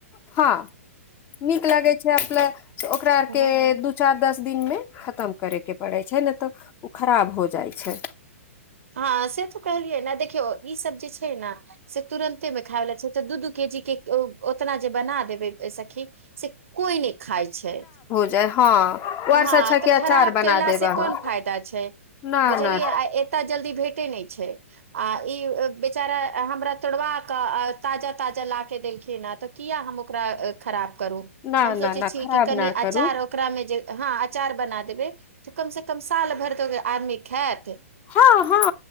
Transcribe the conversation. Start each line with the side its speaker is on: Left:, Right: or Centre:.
Left: हँ निक लागै छै अपला ओकरा आर
Right: हँ
Left: के दु। दू चार दस दिन मे खतम करे के पड़े छै ने तऽ ओ खराब हो जाइ छै
Right: हँ से तो कहलियै ने देखियौ ई सब जे छै नऽ से तुरन्ते मे खायला छै तऽ दू दू के जी के ओतना जे बना देबै सखी से कोइ नहि खाय छै
Left: तऽ हँ ओ आर
Right: हँ
Left: से अच्छा
Right: तऽ
Left: के अचार
Right: खराब
Left: बना
Right: कयला
Left: देब
Right: सऽ
Left: अहाँ
Right: कोन फायदा छै
Left: न
Right: बुझलियै
Left: न
Right: आ एतय जल्दी भेटे नहि छै आ ई बेचारा हमरा तोड़बाक कऽ ताजा ताजा ला के देलखिन हं तऽ किया हम ओकरा खराब करू
Left: न
Right: हम सोचै
Left: न न
Right: छी
Left: खराब
Right: कि कनि
Left: न करू
Right: अचार ओकरा मे जे हँ अचार बना देबै तऽ कम से कम साल भरि तऽ आदमी खाइत
Left: हँ हँ